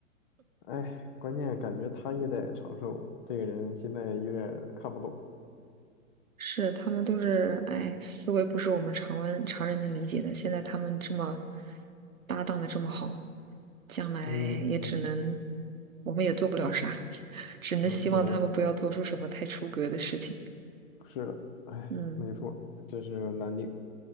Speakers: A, on the left; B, on the right.
A: 哎，关键感觉他也得长寿啊，这个人现在有点儿看不懂。
B: 是他们都是，哎，思维不是我们常人常人能理解的。现在他们这么搭档的这么好，将来也只能，
A: 嗯嗯，
B: 我们也做不了啥，<laughs> 只能希望他们不要做出什么太出格的事情。
A: 我们只能是的，哎，
B: 嗯，
A: 没错，这是难点。